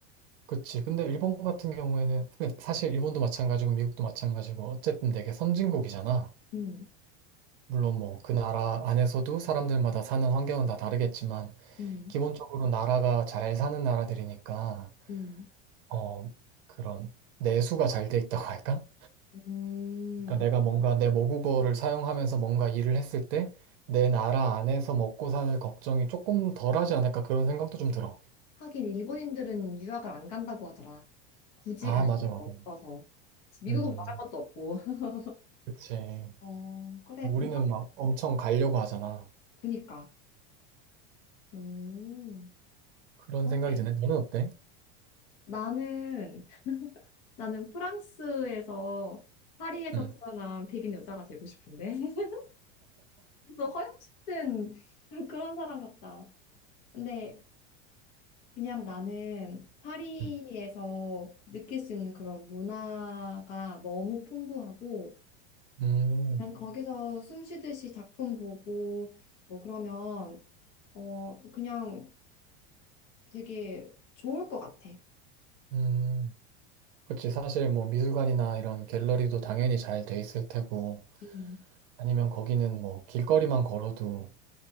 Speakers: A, on the right; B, on the left.
A: 그치. 근데 일본 같은 경우에는, 근데 사실 일본도 마찬가지고 미국도 마찬가지고 어쨌든 되게 선진국이잖아.
B: 음,
A: 물론 뭐 그 나라 안에서도 사람들마다 사는 환경은 다 다르겠지만,
B: 음,
A: 기본적으로 나라가 잘 사는 나라들이니까,
B: 음.
A: 어, 그런 내수가 잘 돼 있다고 할까?
B: 음,
A: 그러니까 내가 뭔가 내 모국어를 사용하면서 뭔가 일을 했을 때, 내 나라 안에서 먹고 사는 걱정이 조금 덜하지 않을까 그런 생각도 좀 들어.
B: 하긴 일본인들은 유학을 안 간다고 하더라. 굳이
A: 아,
B: 갈
A: 맞아,
B: 필요가
A: 맞아.
B: 없어서. 그치, 미국은
A: 음,
B: 말할 것도 없고. <laughs>
A: 그치.
B: 어, 그래,
A: 우리는
B: 공감,
A: 막 엄청 가려고 하잖아.
B: 그니까. 음.
A: 그런
B: 그러네.
A: 생각이 드네. 너는 어때?
B: 나는, 나는 프랑스에서, 파리에서
A: 음,
B: 태어난 백인 여자가 되고 싶은데. <laughs> 그래서 허영심은 <laughs> 그런 사람 같다. 근데 그냥 나는 파리에서
A: 음,
B: 느낄 수 있는 그런 문화가 너무 풍부하고,
A: 음,
B: 그냥 거기서 숨 쉬듯이 작품 보고, 뭐 그러면, 어, 그냥 되게 좋을 것 같아.
A: 음. 그치. 사실 뭐 미술관이나 이런 갤러리도 당연히 잘 돼 있을 테고,
B: 음,
A: 아니면 거기는 뭐 길거리만 걸어도